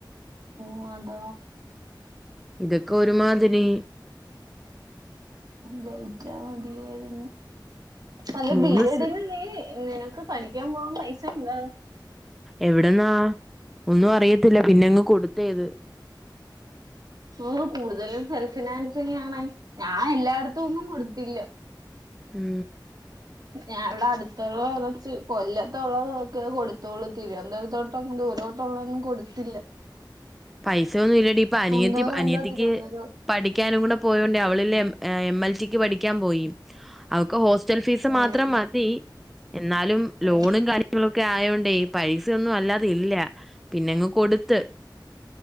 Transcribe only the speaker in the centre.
ഇതൊക്കെ ഒരുമാതിരി
മൂന്ന്
സ്
എവിടന്നാ ഒന്നും അറിയത്തില്ല പിന്നെങ്ങ് കൊടുത്തത്
ഉം
പൈസൊന്നും ഇല്ലടി ഇപ്പോ അനിയത്തി
അനിയത്തിക്ക്
പഠിക്കാനും കൂടെ പോയോണ്ടേ അവളില്ലേ എം എൽ ടിക്ക് പഠിക്കാൻ പോയി അവക്ക് ഹോസ്റ്റൽ ഫീസ് മാത്രം
മതി എന്നാലും ലോണും
കാര്യങ്ങളൊ ക്കെ ആയോണ്ടേ പൈസയൊന്നും അല്ലാതില്ല പിന്നെങ്ങ് കൊട്ത്ത്